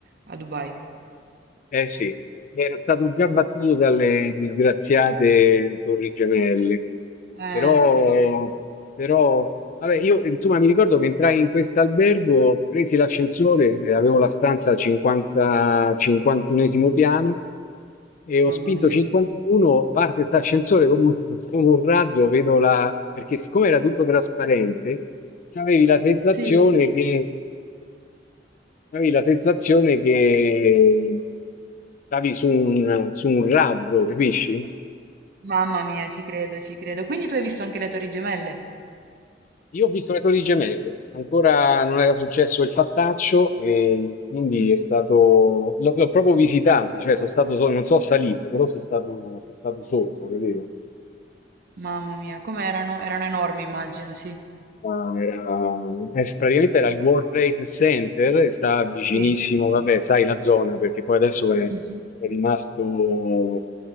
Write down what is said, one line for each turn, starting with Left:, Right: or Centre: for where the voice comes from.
Right: a Dubai.
Left: Eh sì, era stato già battuto dalle disgraziate Torri Gemelle. Però,
Right: Eh sì,
Left: però, vabbè, io insomma mi ricordo che entrai in questo albergo, presi l'ascensore, eh, avevo la stanza al 50, 51esimo piano e
Right: mamma
Left: ho spinto
Right: mia.
Left: 51, parte questo ascensore come un, <laughs> come un razzo, vedo la... perché siccome era tutto trasparente, avevi la sensazione
Right: Sì.
Left: che, avevi la sensazione che stavi su un, su un razzo, capisci?
Right: Mamma mia, ci credo, ci credo. Quindi tu hai visto anche le Torri Gemelle?
Left: Io ho visto le Torri Gemelle, ancora non era successo il fattaccio e quindi
Right: Mm.
Left: è stato... L'ho, l'ho proprio visitato, cioè sono stato, so- non sono salito, però sono stato, sono stato sotto, capito?
Right: Mamma mia, com'erano? Erano enormi, immagino, sì.
Left: Ma era eh, s praticamente era il World Trade Center e sta vicinissimo,
Right: Sì.
Left: vabbè, sai la zona, perché poi adesso è,
Right: Mhm.
Left: è rimasto,